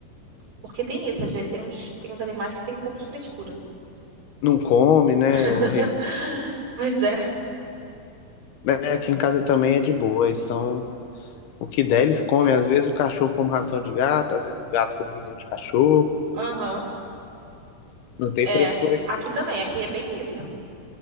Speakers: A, on the right; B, on the left.
A: Porque tem isso, às vezes tem uns, tem uns animais que tem um pouco de frescura.
B: Não come, né?
A: <laughs>
B: O rejeição.
A: Pois é.
B: É, aqui em casa também é de boa, eles são o que der, eles comem. Às vezes o cachorro como ração de gato, às vezes o gato como ração de cachorro.
A: Aham.
B: Não tem
A: É.
B: frescura aqui.
A: Aqui também, aqui é bem isso.